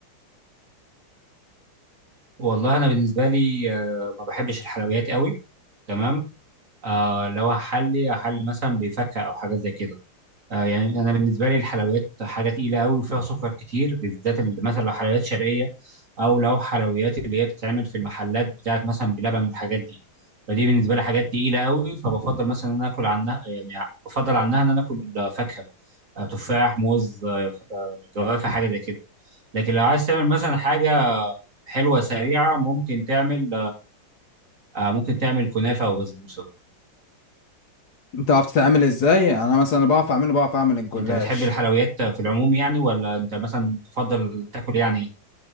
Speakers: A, on the right (about 40°); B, on the left (about 55°).
A: والله انا بالنسبه لي آه، ما بحبش الحلويات قوي تمام آه لو هحلي هحلي مثلا بفكه او حاجه زي كده آه، يعني انا بالنسبه لي الحلويات حاجه تقيله قوي وفيها سكر كتير بالذات ال- مثلا لو حلويات شرقيه او لو حلويات اللي هي بتتعمل في المحلات بتاعت مثلا بلبن والحاجات دي فدي بالنسبه لي حاجات تقيله قوي فبفضل مثلا ان انا اكل عنها يعني بفضل عنها ان انا اكل آه، فاكهه آه، تفاح موز آه، ف- آه، جوافه حاجه زي كده لكن لو عايز تعمل مثلا حاجه حلوه سريعه ممكن تعمل آه، ممكن تعمل كنافه وبسبوسه
B: انت عرفت تعمل ازاي يعني انا مثلا بعرف اعمله بعرف اعمل الجلاش
A: انت بتحب الحلويات في العموم يعني ولا انت مثلا تفضل تاكل يعني